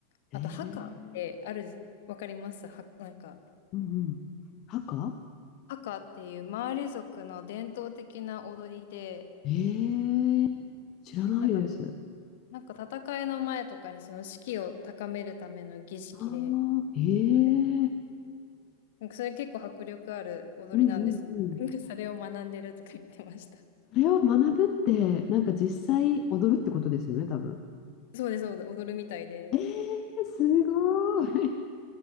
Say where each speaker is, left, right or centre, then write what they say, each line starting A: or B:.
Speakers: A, on the left (about 35°); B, on the left (about 55°).
A: えー、
B: あと、ハカってある、わかりますは、なんか、
A: うんうん。ハカ
B: ハカっていうマーレ族の伝統的な踊りで、
A: えー、知らないです。
B: なんか、なんか戦いの前とかにその士気を高めるための儀式で、
A: ああ、えー、
B: あれなんかそれ結構迫力ある踊りなんですけど。
A: うんうんうん。
B: なんかそれを学んでるとか言ってました。
A: それを学ぶって、なんか実際踊るってことですよね、多分。
B: そうです、そうです、踊るみたいで。
A: えー、すごい。